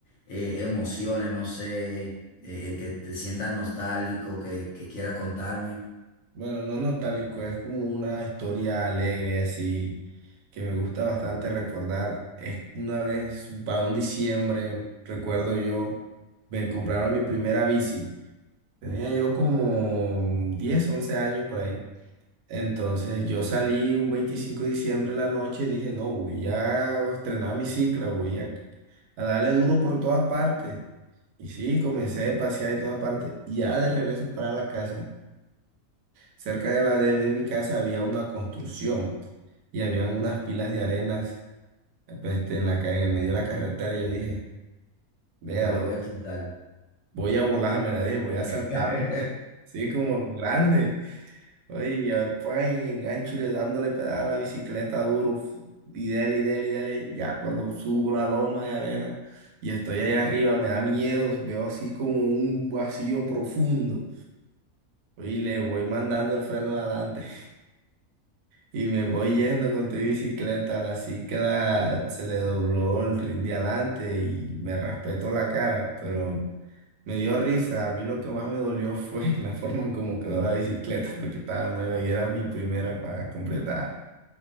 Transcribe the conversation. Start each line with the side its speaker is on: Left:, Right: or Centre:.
Left: eh, emociones, no sé, eh, que te sientas nostálgico, que, que quiera contarme,
Right: Bueno, no nostálgico, es como una historia alegre así que me gusta bastante recordar. Es que una vez, para un diciembre, recuerdo yo, me compraron mi primera bici. Tenía yo como 10 11 años por ahí. Entonces yo salí un 25 de diciembre en la noche y dije, no, voy a estrenar mi cicla, voy a, a darle duro por todas partes. Y sí, comencé a pasear y todas partes. Ya de regreso para la casa. Cerca de la de, de mi casa había una construcción y había unas pilas de arenas pues, este, en la, ca- en el medio de la carretera. Y yo dije, vea,
Left: me la
Right: vo-
Left: voy a contar.
Right: voy a volarme la dije, voy a
Left: <laughs>
Right: saltar, sí, como los grandes. Oye, y ya, pan, y engancho y le dándole pedal a la bicicleta duro f- y dele, y dele, y dele. Ya cuando subo la loma de arena y estoy allá arriba, me da miedo, veo así como un vacío profundo. Oye, y le voy mandando el freno de adelante. Y me voy yendo con tu bicicleta, la cicla se le dobló el rin de adelante y me raspetó la cara, pero me dio risa. A mí lo que más me dolió fue <laughs> la forma en cómo quedó la bicicleta, porque estaba nueva y era mi primera para completar.